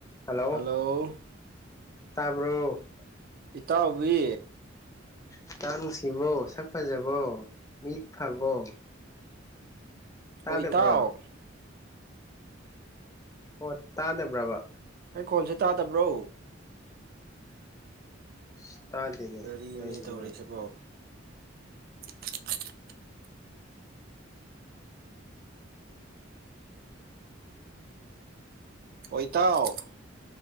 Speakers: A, on the left; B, on the right.
A: ꯍꯦꯜꯂꯣ
B: ꯍꯜꯂꯣ
A: ꯇꯥꯕ꯭ꯔꯣ
B: ꯏꯇꯥꯎꯕꯤ
A: ꯏꯇꯥꯎ ꯅꯨꯡꯁꯤꯕꯣ ꯁꯛ ꯐꯖꯕꯣ ꯃꯤ ꯐꯕꯣ ꯇꯥꯗꯕ꯭ꯔꯣ
B: ꯑꯣ ꯏꯇꯥꯎ
A: ꯑꯣ ꯇꯥꯗꯕ꯭ꯔꯕ
B: ꯑꯩ ꯈꯣꯟꯁꯦ ꯇꯥꯗꯕ꯭ꯔꯣ
A: ꯁꯤ ꯇꯥꯗꯦꯅꯦ
B: ꯀꯔꯤꯅꯣꯅꯦ
A: ꯀꯩꯒꯤꯅꯣ
B: ꯇꯧꯔꯤꯁꯤꯕꯣ <inaudible> ꯑꯣ ꯏꯇꯥꯥꯎ